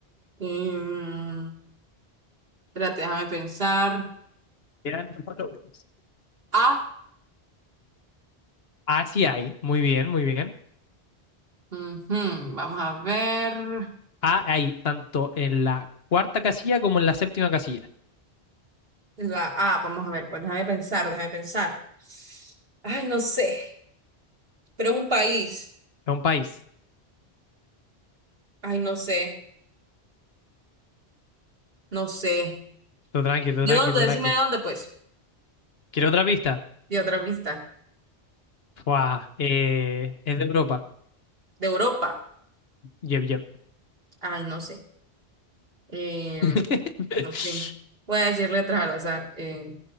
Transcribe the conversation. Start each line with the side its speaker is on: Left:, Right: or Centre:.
Right: Em, espérate, déjame pensar.
Left: Eran cuatro burros.
Right: A,
Left: A sí hay. Muy bien, muy bien.
Right: ujú, vamos a ver.
Left: A hay tanto en la cuarta casilla como en la séptima casilla.
Right: La A, vamos a ver, pues déjame pensar, déjame pensar. Ay, no sé, pero es un país.
Left: Es un país.
Right: Ay, no sé, no sé.
Left: Todo tranqui, todo
Right: ¿De
Left: tranqui,
Right: dónde?
Left: todo
Right: Decime
Left: tranqui.
Right: de dónde, pues.
Left: ¿Quiere otra pista?
Right: De otra pista.
Left: Fua, eh, es de Europa.
Right: De Europa.
Left: Yep, yep.
Right: Ay, no sé. Eh,
Left: <laughs>
Right: no sé. Voy a decir letras al azar. Eh,